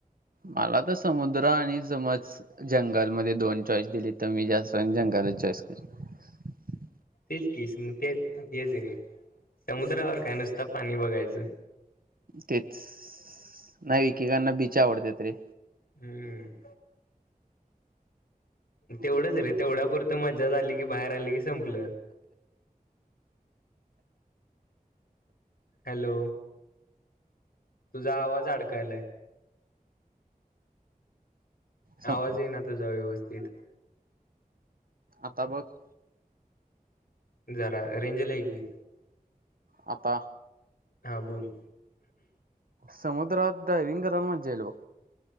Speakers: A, on the right (about 70°); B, on the left (about 80°).
A: मला तर समुद्र आणि समज जंगलमध्येदोन चॉईस दिली तर मी जास्त जंगलच चॉईस करण
B: तेच किस ते हेच हे रे समुद्रावर काय नुसत पाणीच बघायचं
A: तेच नाही एकेकांना बीच आवडतात रे.
B: हम्म. तेवढंच रे तेवढ्या पुुरंत मजा झाली की बाहेर आली की संपलं. हॅलो तुझा आवाज अडकायलाय.
A: सम-
B: आवाज येईना तुझा व्यवस्थित.
A: आता बग?
B: जरा रेंजला ये की.
A: आता?
B: हा बोल
A: समुद्रात डायवि्हंग करायला मजा येईल बघ.